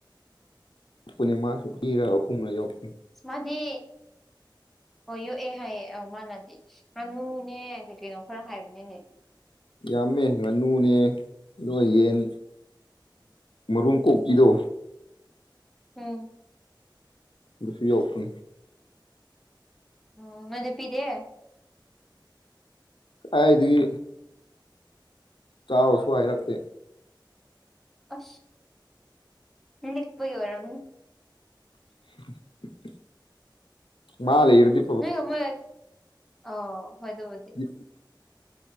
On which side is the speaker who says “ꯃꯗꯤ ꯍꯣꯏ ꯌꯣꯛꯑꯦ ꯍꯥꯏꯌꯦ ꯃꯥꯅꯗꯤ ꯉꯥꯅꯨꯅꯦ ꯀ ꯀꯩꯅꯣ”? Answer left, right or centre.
Centre